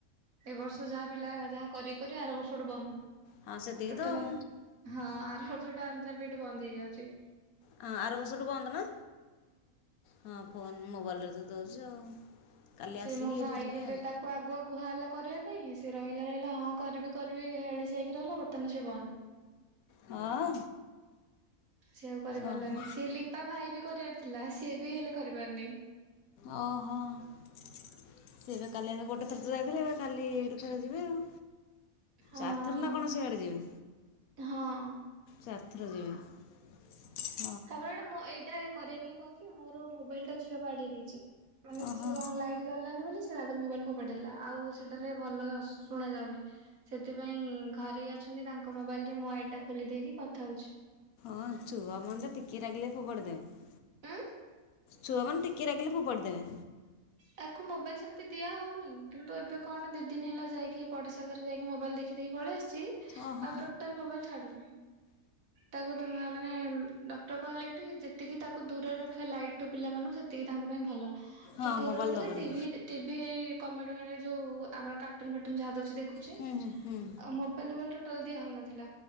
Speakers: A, on the right; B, on the left.
A: ଏ ବର୍ଷ ଯାହା ପିଲା ଯାହା କରିବେ କରିବେ ଆର ବର୍ଷଠୁ ବନ୍ଦ।
B: ହଁ ସେତିକି
A: ଟୋଟାଲ
B: ତ ଆଉ
A: ହଁ ଆର ବର୍ଷ ଠୁ ଆନ୍ଧ୍ରା ବି ଇ ଡି ବନ୍ଦ ହେଇଯାଉଛି।
B: ହଁ ଆର ବର୍ଷଠୁ ବନ୍ଦ ନା ହଁ ଫୋନ୍ ମୋବାଇଲରେ ତ ଦେଉଛି ଆଉ। କାଲି
A: ସେ
B: ଆସିକି
A: ମୋ
B: ଏଇଠି
A: ଭାଇ
B: ଯିବେ
A: ହେଲେ
B: ଆଉ
A: ତାକୁ କୁଆ ଆଗୁଆ କୁହା ହେଲା କରିବା ପାଇଁ ସେି ରହିଲା ରହିଲା ହଁ କରିବି କରିବି ହେଳିସି ହେଇକି ରହିଲା ବର୍ତ୍ତମାନ ସେ ବନ୍ଦ।
B: ହଁ।
A: ସିଏ ଆଉ କରିପାରିଲାନି
B: ଓହୋ
A: ସି ଲିପା ଭାଇ ବି କରିବାର ଥିଲା ସିଏ ବି ହେଲେ କରିପାରନି।
B: ଓହୋ ସେ ବା କାଲି ଆ ଗୋଟେ ଥରେତ ଯାଇଥିଲେ ଏବେ କାଲି ଏଇଠି ଥରେ ଯିବେ ଆଉ।
A: ହଁ
B: ଚାରିଥର ନା କଣ ସିଆଡ଼େ ଯିବେ।
A: ହଁ।
B: ଚାରିଥର ଯିବେ। ହ <inaudible>
A: ତାପରେ ଏଇଟା ମୋ ଏଇଟା କରିବା ପାଇଁ କଣ କି ମୋର ମୋବାଇଲ ଟା ଛୁଆ ବାଡ଼େଇ ଦେଇଛି। ମାନେ
B: ଓହୋ
A: ତୁ ସେଇ କଣ ଲାଇଟ୍ ଗଲାନି ବୋଲି ସେ ରାଗରେ ମୋବାଇଲ ଫପାଡି ଦେଲା ଆଉ ସେଟାରେ ଭଲ ଶୁଣା ଯାଉନି। ସେଥିପାଇଁ ଘରେ ଅଛନ୍ତି ତାଙ୍କ ମୋବାଇଲ ରେ ମୋ ଆଇଡି ଟା ଖୋଲି ଦେଇକି କଥା ହଉଛି।
B: ହଁ ଛୁଆ ମାନେ ତ ଟିକେ ରାଗିଲେ ଫୋପାଡି ଦେବେ।
A: ଆ
B: ଛୁଆମାନେ ଟିକେ ରାଗିଲେ ଫୋପାଡ଼ିଦେବେ।
A: ତାକୁ ମୋବାଇଲ ସେମିତି ଦିଆ ହଉନି କିନ୍ତୁ ଏବେ କଣ ଦି ଦିନ ହେଲା ଯାଇକି ପଡିଶା ଘରେ ଯାଇକି ମୋବାଇଲ ଦେ ଖିଦି ପଳେଇ ଆସିଛି
B: ଓହୋ
A: ଆଉ ଟୋଟାଲ ମୋବାଇଲ ଛାଡୁନି। ତାକୁ ମାନେ ଡକ୍ଟର କହିଲେ ଏଠି ଯେ ତିକି ତାକୁ ଦୂରରେ ରଖିବା ଲାଇଟ୍ ଠୁ ପିଲାମାନଙ୍କୁ ସେତିକି ତାଙ୍କ ପାଇଁ ଭଲ ତ
B: ହଁ
A: ଦୂରରେ
B: ମୋବାଇଲ୍
A: ବଲେ
B: ଦେବନି
A: ଟିଭି ଟିଭି କମେଡି ମାନେ ଯୋଉ ଆମର କାର୍ଟୁନ ଫାଟୁନ ଯାହା ଦଉଛି ଦେ ଛି
B: ହୁଁ ହୁଁ ହୁଁ
A: ମୋବାଇଲ ଫେରାଇ ଟୋଟାଲ ଦିଆ ହଉ ନଥିଲା।